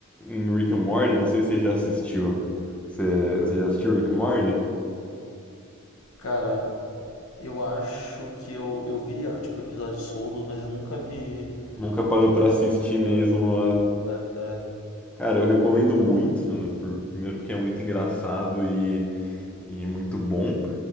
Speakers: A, in the centre; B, on the left.
A: em Rick and Morty, não sei se você já assistiu. Você, você já assistiu Rick and Morty?
B: Cara, eu acho que eu, eu vi, ah, tipo, episódios soltos, mas eu nunca vi
A: Nunca
B: muito
A: parou pra
B: da história
A: assistir mesmo a.
B: completa.
A: Cara, eu recomendo muito, né, por- primeiro porque é muito engraçado e, e muito bom.